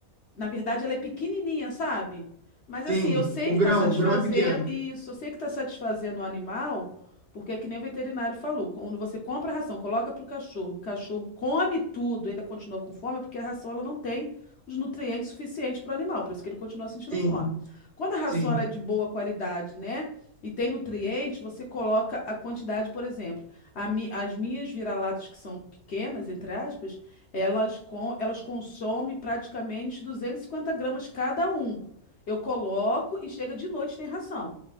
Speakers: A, on the left (about 50°); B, on the right (about 40°).
A: na verdade, ela é pequenininha, sabe? Mas assim,
B: Sim,
A: eu sei
B: o
A: que
B: grão,
A: está satisfazendo,
B: o grão é pequeno.
A: isso, eu sei que está satisfazendo o animal, porque é que nem o veterinário falou, quando você compra a ração, coloca para o cachorro, o cachorro come tudo, ainda continua com fome, é porque a ração ela não tem os nutrientes suficientes para o animal, por isso que ele continua sentindo
B: Sim,
A: fome. Quando a ração
B: sim,
A: ela é de boa qualidade, né? E tem nutriente, você coloca a quantidade, por exemplo, a mi- as minhas vira-latas que são pequenas, entre aspas, elas, com, elas consomem praticamente 250 gramas cada um. Eu coloco e chega de noite tem ração.